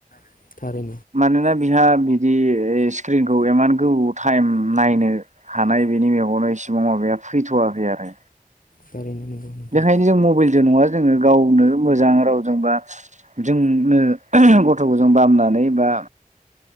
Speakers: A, on the left (about 65°); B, on the right (about 50°).
A: <inaudible>
B: मानोना बिहा बिदि स्क्रिनखौ इमान गोबौ टाइम नायनो हानाय बेनि मेगननो इसेबां माबाया फैथ'वाखै आरो
A: थारैनो नंगौ नोंथां
B: बेखायनो जों मबाइलजों नङा जोङो गावनो मोजां रावजोंबा जोंनो गथ'खौजों बामनानै बा